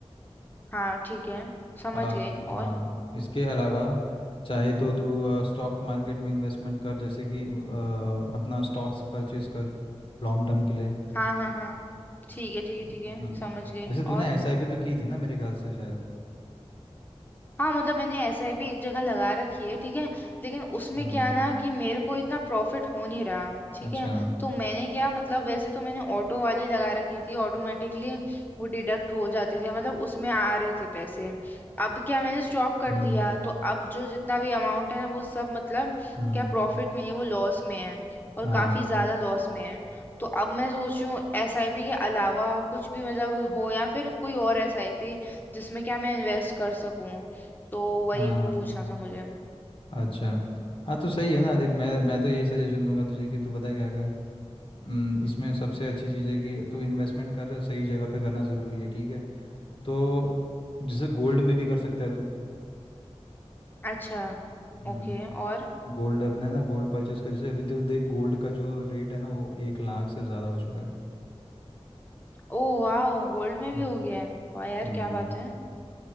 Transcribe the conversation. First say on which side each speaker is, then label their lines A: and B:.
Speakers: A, on the left; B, on the left.
A: हाँ ठीक है समझ
B: आ,
A: गए और
B: हाँ इसके अलावा चाहे तो तू स्टॉक मार्केट में इन्वेस्टमेंट कर जैसे कि आ, अपना स्टॉक्स परचेज कर लॉन्ग टर्म के लिए
A: हाँ हाँ हाँ ठीक है ठीक है
B: हम्म,
A: ठीक है
B: हम्म।
A: समझ गए
B: जैसे तूने
A: और
B: एसआईपी तो की थी ना मेरे ख्याल से शायद
A: हाँ मतलब मैंने एसआईपी एक जगह लगा रखी है ठीक है लेकिन उसमें
B: हम्म
A: क्या है ना कि मेरे को इतना प्रॉफिट हो नहीं रहा ठीक
B: अच्छा
A: है तो मैंने क्या मतलब वैसे तो मैंने ऑटो वाली लगा रखी थी ऑटोमेटिकली वो डिडक्ट हो जाते थे मतलब उसमें आ रहे थे पैसे अब क्या मैंने स्टॉप कर
B: हम्म
A: दिया तो अब जो जितना भी अमाउंट है ना वो सब मतलब
B: हम्म
A: क्या प्रॉफिट में नहीं वो लॉस में है और
B: हाँ
A: काफी ज्यादा लॉस में है तो अब मैं सोच रही हूँ एसआईपी के अलावा कुछ भी मतलब हो या फिर कोई और एसआईपी जिसमें क्या मैं इन्वेस्ट कर सकूं तो वही
B: हाँ
A: पूछना था मुझे
B: अच्छा हाँ तो सही है ना देख मैं मैं तो यही सजेशन दूंगा तुझे कि तू पता है क्या कर हम्म, इसमें सबसे अच्छी चीज़ है कि तू इन्वेस्टमेंट कर सही जगह पे करना ज़रूरी है ठीक है तो जैसे गोल्ड में भी कर सकता है तू
A: अच्छा
B: हम्म,
A: ओके और
B: गोल्ड अपना है ना गोल्ड परचेस का जैसे अभी तो देख गोल्ड का जो रेट है ना वो एक लाख से ज़्यादा हो चुका है
A: ओ वाह गोल्ड में
B: हम्म।
A: भी हो गया है वाह यार
B: हम्म
A: क्या बात है